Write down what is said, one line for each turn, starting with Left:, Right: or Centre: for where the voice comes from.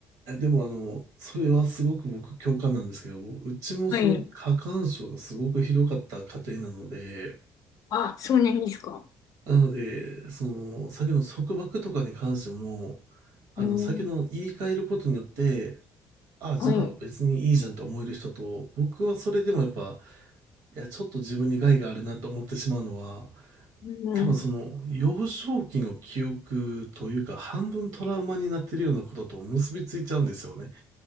Right: えでもあの、それはすごく僕共感なんですけど、うちもその過干渉がすごくひどかった家庭なので、
Left: はい。あ、そうなんですか。
Right: なので、その、先の束縛とかに関しても、あの、
Left: うん。
Right: 先の言い換えることによって、あ、じゃあ別にいいじゃんと思える人と、
Left: はい。う
Right: 僕はそれでもやっぱ、いや、ちょっと自分に害があるなと思ってしまうのは、
Left: ん。
Right: 多分その幼少期の記憶というか半分トラウマになってるようなことと結びついちゃうんですよね。